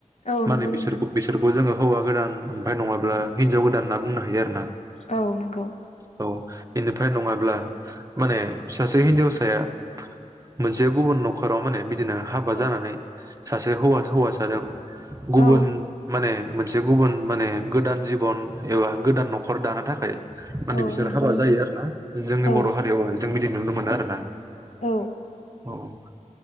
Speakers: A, on the left; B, on the right.
A: औ
B: माने
A: नंगौ नोंथां
B: बिसोरखौ बिसोरखौ जोङो। हौवा गोदान ओमफ्राय नङाब्ला हिन्जाव गोदान होनना बुंनो हायो आरो ना।
A: औ नंगौ।
B: औ बेनिफ्राय नङाब्ला माने सासे हिनजावसाया मोनसे गुबुन नखर। न'खराव माने बिदिनो हाबा
A: औ
B: जानानै सासे हौवा - हौवासाजों। गुबुन
A: औ
B: माने मोनसे। गुबुन माने गोदान जिबन एबा गोदान न'खर दानो थाखाय। माने
A: औ
B: बिसोरो
A: नंगौ
B: हाबा
A: नोंथां
B: जायो आरो ना जोंनि
A: औ
B: बर' हारियाव जों बिदि नुनो मोनो आरोना।
A: औ।
B: औ